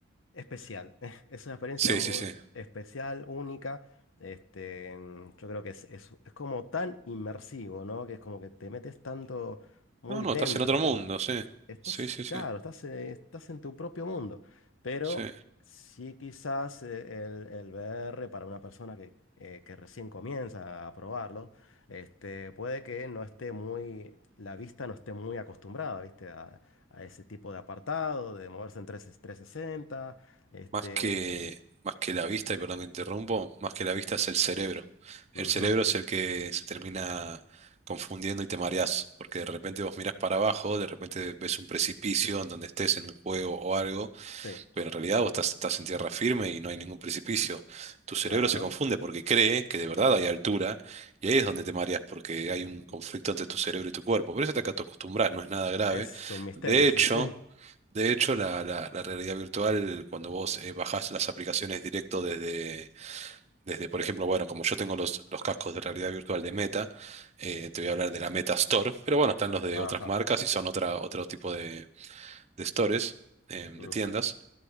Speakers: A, on the left; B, on the right.
A: especial, <laughs> es una experiencia
B: Sí,
A: muy
B: sí, sí.
A: especial, única. Este, mm, yo creo que es, es, es como tan inmersivo, ¿no? Que es como que te metes tanto muy
B: No, no,
A: dentro
B: estás en otro
A: del
B: mundo,
A: juego.
B: sí.
A: Estás,
B: Sí, sí, sí.
A: claro, estás, eh, estás en tu propio mundo, pero
B: Sí.
A: sí quizás eh, el, el VR para una persona que, eh, que recién comienza a probarlo, este, puede que no esté muy, la vista no esté muy acostumbrada, ¿viste? A, a ese tipo de apartado, de moverse en 3, sesenta este,
B: Más que, más que la vista, y perdón que interrumpo, más que la vista es el cerebro. El
A: ujú,
B: cerebro es el que se termina confundiendo y te mareás, porque de repente vos mirás para abajo, de repente ves un precipicio en donde estés en un juego o algo,
A: sí,
B: pero en realidad vos estás, estás en tierra firme y no hay ningún precipicio. Tu cerebro
A: claro.
B: se confunde porque cree que de verdad hay altura, y ahí es donde te mareás, porque hay un
A: ujú,
B: conflicto entre tu cerebro y tu cuerpo. Pero eso
A: ujú.
B: te acostumbras, no es nada grave.
A: Es un misterio,
B: De hecho...
A: sí. <laughs>
B: De hecho, la, la- la realidad virtual, cuando vos eh, bajás las aplicaciones directo desde, desde, por ejemplo, bueno, como yo tengo los, los cascos de realidad virtual de Meta, eh, te voy a hablar de la Meta Store, pero bueno, están los de
A: Ajá,
B: otras marcas y son otra, otro tipo de, de stores, eh, de
A: ujú,
B: tiendas